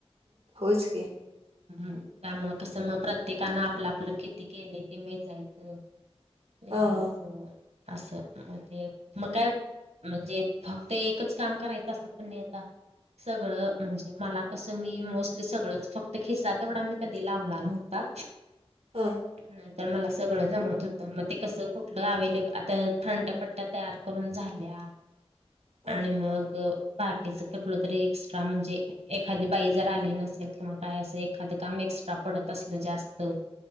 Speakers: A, on the right (about 65°); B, on the right (about 80°).
A: होयच की.
B: हम्म त्यामुळ कस मग प्रत्येकान आपलं आपलं किती केलंय ते मेजायचं. लिहायचं
A: हा हा
B: असं असं ते मग काय म्हणजे फक्त एकच काम करायचं अस पण नाही आता. सगळं म्हणजे मला कसं मी मोस्टली सगळंच फक्त खिसा तेवढा मी कधी लावला नव्ह ता.
A: हा
B: नाही तर मला सगळं जमत होतं मग ते कसं कुठलं अवेलेबल आता फ्रंट पट्यात तयार करून झाल्या
A: हा
B: आणि मग बाकीच कुठलं तरी एक म्हणजे एखादी बाई जर आली नसेल किंवा काय असं एखादं काम एक्स्ट्रा पडत असल जास्त